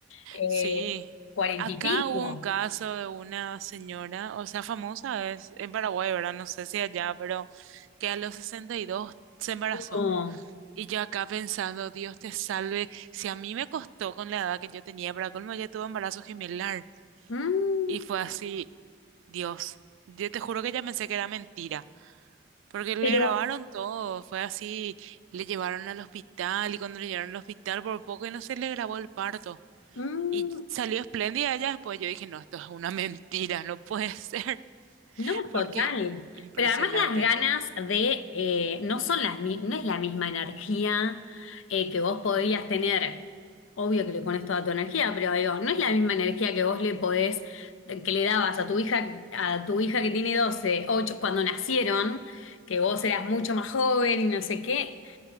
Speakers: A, on the left; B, on the right.
A: Eh,
B: Sí.
A: cuarenta
B: Acá
A: y pico.
B: hubo un caso de una señora, o sea, famosa, es en Paraguay, ¿verdad? No sé si allá, pero que a los 62 se embarazó.
A: No.
B: Y yo acá pensando, Dios te salve, si a mí me costó con la edad que yo tenía, para colmo ya tuve embarazo gemelar.
A: Mm,
B: Y fue así, Dios, yo te juro que ya pensé que era mentira, porque le
A: Pero
B: grabaron todo, fue así, le llevaron al hospital y cuando le llevaron al hospital por poco y no se le grabó el parto.
A: mm,
B: Y salió espléndida ella después, yo dije, no, esto es una <laughs> mentira, no puede ser, <laughs>
A: no,
B: porque
A: total.
B: impresionante.
A: Pero además las ganas de, eh, no son las, mi- no es la misma energía eh, que vos podrías tener. Obvio que le pones toda tu energía, pero digo, no es la misma energía que vos le podés, que le dabas a tu hija, a tu hija que tiene 12 8 cuando nacieron, que vos eras mucho más joven y no sé qué.